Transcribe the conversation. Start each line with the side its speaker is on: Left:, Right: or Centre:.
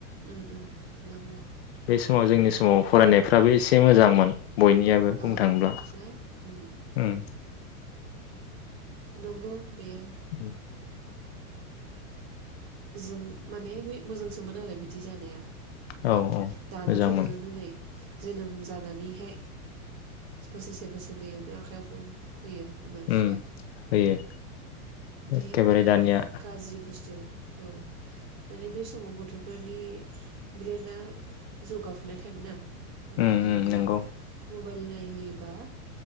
Right: उम उम नोंगौ।
Left: बे समाव जोंनि समाव फरायनायफ्राबो एसे मोजांमोन। बयनियाबो बुंनो
Right: औ
Left: थाङोब्ला
Right: ना उम
Left: उम।
Right: नंगौ बेयो।
Left: उम।
Right: जों माने बे मोजांसोमोन आरो बिदि जानाया।
Left: औ औ
Right: दानाथ'
Left: मोजांमोन।
Right: नोङो नै जोनोम जानानैहाय बोसोरसे बोसोरनैयावनो आखायाव फन होयो। बिमा बिफाया
Left: उम होयो।
Right: बे
Left: एखेबारे
Right: माने
Left: दानिया
Right: बिराद गाज्रि बुस्थु। औ माने बे समाव गथ'फोरनि ब्रेना जौगाफुनाय टाइम ना। ओमफ्राय
Left: उम उम
Right: नोङो
Left: नंगौ
Right: मबाइल नाय होयोबा